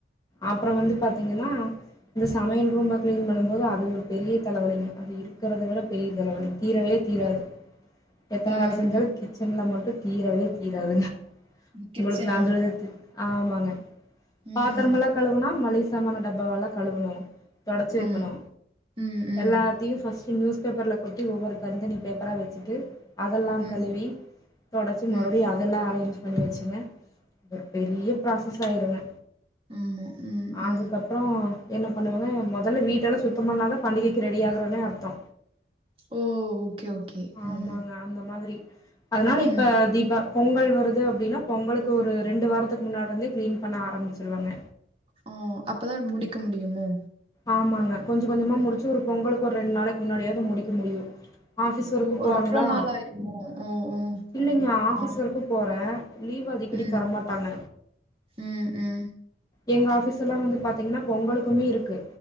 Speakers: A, on the left; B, on the right.
A: அப்றோ வந்து பாத்தீங்கன்னா இந்த சமையல் ரூம்ப க்ளீன் பண்ணும்போது அது ஒரு பெரிய தலைவலிங்க அது இருக்கறத விட பெரிய தலைவலி தீரவே தீராது எத்தன
B: ம்.
A: வேல செஞ்சாலு
B: ம்.
A: கிச்சன்ல மட்டு தீரவே தீராதுங்க
B: கிச்சன்
A: உங்களுக்கு ந
B: ஆமா.
A: சொல்த து ஆமாங்க
B: ம்.
A: பாத்தரம் எல்லா கழுவுனா மளிக சாமான டப்பாவல்லா கழுவனு தொடச்சு வைக்கணு
B: ஆமா. ம். ம்.
A: எல்லாத் தியு ஃபஸ்ட்டு நியூஸ் பேப்பர்ல கொட்டி ஒவ்வொரு தனித்தனி பேப்பரா வச்சுட்டு அதெல்லா
B: ம்.
A: கழுவி தொடச்சி
B: ம்.
A: மறுபடியு அதெல்லா அரேஞ்ச் பண்ணி வச்சுங்க ஒரு பெரிய ப்ராசஸ் ஆய்ருங்க
B: ம் ம்
A: அதுக்கப்றோ
B: ம்
A: என்ன பண்ணுவங்க மொதல்ல வீட்டெல்லா சுத்தோ பண்ணாதா பண்டிகைக்கு ரெடி ஆகுறோனே அர்த்தோ
B: ஓ ஓகே ஓகே
A: ஆமாங்க
B: ம்
A: அந்த மாதிரி அதனால
B: ம்.
A: இப்ப தீபா பொங்கல் வருது அப்டின்னா பொங்கலுக்கு ஒரு ரெண்டு வாரத்துக்கு முன்னாடி இருந்தே க்ளீன் பண்ண ஆரம்பிச்சடுவாங்க
B: அ அப்பதா முடிக்க முடியுமோ
A: ஆமாங்க கொஞ்சோ கொஞ்சமா
B: ம்.
A: முடிச்சு ஒரு பொங்கலுக்கு ஒரு ரெண்டு நாளைக்கு முன்னாடியாவது முடிக்க முடியு ஆஃபீஸ் ஒர்க்கு
B: ஓ!
A: போறோங்களா
B: அவ்ளோ நாள் ஆயிருமோ? ஓ! ஓ!
A: இல்லைங்க ஆஃபீஸ்
B: ஆ.
A: ஒர்க்கு போறே லீவ் அடிக்கடி
B: ம்.
A: தரமாட்டாங்க
B: ம் ம்
A: எங்க ஆஃபீஸ்ல்லா வந்து பாத்தீங்கனா பொங்கலுக்குமே இருக்கு